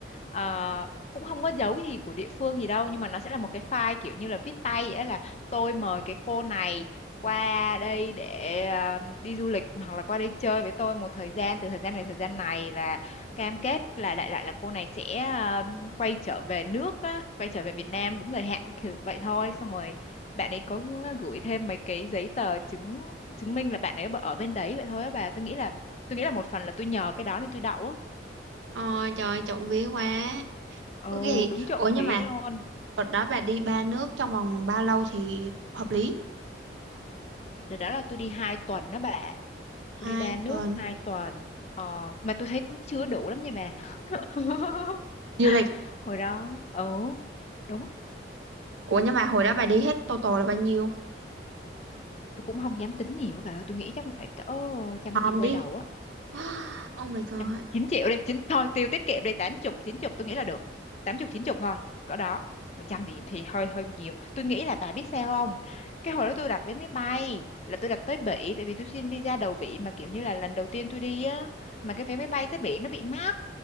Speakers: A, on the left; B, on the right.
A: ờ, cũng không có dấu gì của địa phương gì đâu nhưng mà nó sẽ là một cái file kiểu như là viết tay vậy á, là tôi mời cái cô này qua đây để ờ, đi du lịch hoặc là qua đây chơi với tôi một thời gian từ thời gian này thời gian này là cam kết là đại loại là cô này sẽ ờ, quay trở về nước á, quay trở về Việt Nam đúng thời hạn các kiểu vậy thôi xong rồi bạn ấy có gửi thêm mấy cái giấy tờ chứng chứng minh là bạn ấy ở bên đấy vậy thôi á bà tôi nghĩ là tôi nghĩ là một phần là tôi nhờ cái đó nên tôi đậu á
B: Ôi trời ơi, trộm vía quá.
A: ồ
B: Có gì?
A: đúng trộm
B: Ủa nhưng
A: vía
B: mà
A: luôn
B: đợt đó bà đi ba nước trong vòng bao lâu thì hợp lý?
A: Đợt đó là tôi đi 2 tuần đó bà. Tôi
B: Hai
A: đi ba nước
B: tuần.
A: 2 tuần. Ờ, mà tôi thấy cũng chưa đủ lắm nha bà. <laughs>
B: du lịch.
A: Hồi đó, ừ, đúng.
B: Ủa nhưng mà hồi đó bà đi hết total là bao nhiêu?
A: Tôi cũng không dám tính nhiều á bà ơi. Tôi nghĩ chắc cũng phải cỡ trăm
B: Om
A: triệu quay
B: đi.
A: đầu á.
B: <gasps> Oh my god.
A: Trăm, chín triệu đi. Chín, thôi, tiêu tiết kiệm đi. Tám chục, chín chục tôi nghĩ là được. Tám chục, chín chục thôi. Cỡ đó. Một trăm thì, thì hơi hơi nhiều. Tôi nghĩ là bà biết sao không? Cái hồi đó tôi đặt vé máy bay là tôi đặt tới Bỉ. Tại vì tôi xin visa đầu Bỉ mà kiểu như là lần đầu tiên tôi đi á. Mà cái vé máy bay tới Bỉ nó bị mắc